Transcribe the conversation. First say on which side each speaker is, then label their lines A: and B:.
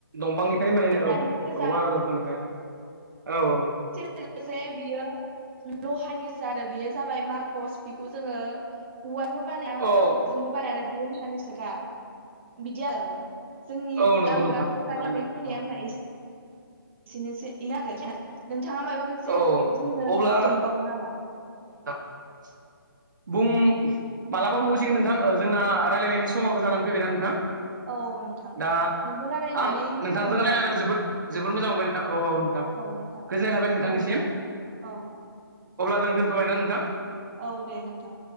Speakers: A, on the right; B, on the right.
A: दं फांनिफ्रायनो बानाय
B: टक्टानिनो
A: औ औ
B: गोजा
A: आरो दंफां दफांनिफ्राय औ औ औ <unintelligible>
B: <unintelligible> जे बियो लहानिसो आरो बेयो जाबाय मारकस बेखौ जोङो औवा बानाया
A: औ
B: टकटाजोंबो बानाया आरो बियो माहानिसोखा बिदि आरो जोंनि
A: औ नंगौ
B: आं
A: नोंथां
B: दा थसानिलागै
A: थारैनो
B: बुंनाया
A: औ
B: आंना ए सेनोसै आरो नोंथाङा माबा मोनसे
A: औ
B: बुंनो
A: अब्ला
B: दंबावो नामा?
A: <inaudible> बुं मालाबा बुंबावसिगोन नोंथां जोंना रायलायनायनि समाबो जानानै फैबायना नोंथां।
B: औ नोंथां
A: दा
B: नोंजों रायलायनानै
A: आं
B: मोजां
A: नोंथांजों
B: मोनबाय
A: रायज्लायनानै जोबोद जोबोद मोजां मोनबाय नोंथां औ औ नोंथां
B: औ नोंथां
A: गोजोननाय थाबाय नोंथांनिसिम
B: गोजोनथों औ
A: ओंं दोनथ' बायना नोंथां।
B: औ दे नोंथां